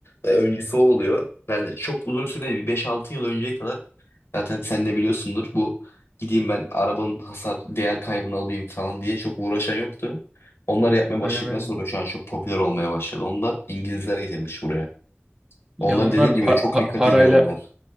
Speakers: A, on the left; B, on the right.
A: ve öncüsü o oluyor. Yani çok uzun süre değil, bir 5-6 yıl önceye kadar zaten sen de biliyorsundur bu gideyim ben arabanın hasar değer kaybını alayım falan diye çok uğraşan yoktu. Onlar yapmaya başladıktan
B: Aynen aynen.
A: sonra şu an çok popüler olmaya başladı. Onu da İngilizler getirmiş buraya.
B: Ya
A: Onlar
B: onlar
A: dediğin gibi
B: pa-
A: çok
B: pa-
A: dikkat
B: parayla
A: ediyor onlar.